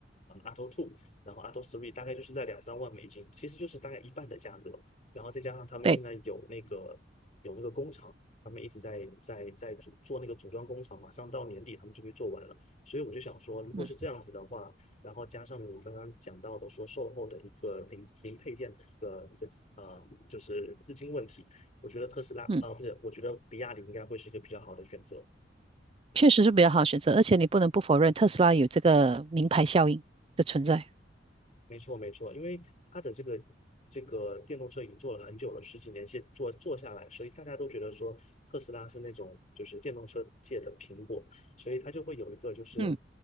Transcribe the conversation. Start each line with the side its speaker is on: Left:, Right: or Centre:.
Left: 呃 a u t o Two，然后 a u t o Three 大概就是在两三万美金，其实就是大概一半的价格。然后再加上他们现在有那个有那个工厂，
Right: 对，
Left: 他们一直在在在组做那个组装工厂，马上到年底他们就会做完了。所以我就想说，如果是这样子的话，
Right: 嗯
Left: 然后加上你刚刚讲到的说售后的一个零零配件的一个一个呃，就是资金问题，我觉得特斯拉啊、
Right: 嗯，
Left: 呃不是，我觉得比亚迪应该会是一个比较好的选择。
Right: 确实是比较好的选择，而且你不能不否认特斯拉有这个名牌效应的存在。
Left: 没错，没错，因为它的这个这个电动车已经做了很久了，十几年先做做下来，所以大家都觉得说特斯拉是那种就是电动车界的苹果，所以它就会有一个就是
Right: 嗯，